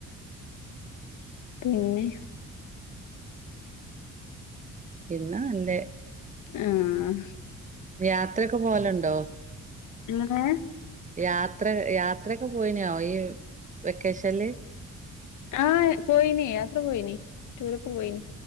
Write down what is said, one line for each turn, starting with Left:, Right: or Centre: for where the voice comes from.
Left: പിന്നെ
Right: പിന്നെ എല്ലറെ
Left: ആഹ
Right: യാത്രയൊക്കെ പോലുണ്ടോ
Left: എങ്ങെ
Right: യാത്ര യാത്രയൊക്കെ പോയിനയാോ ഈ വെക്കേഷനില്
Left: ആഹ പോയിനി യാത്ര പോയിനി ടൂരൊക്കെ പോയിന്